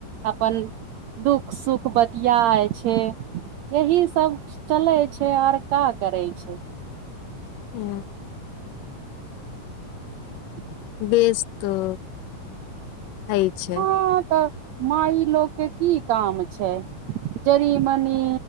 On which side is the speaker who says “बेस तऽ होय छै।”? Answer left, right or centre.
Left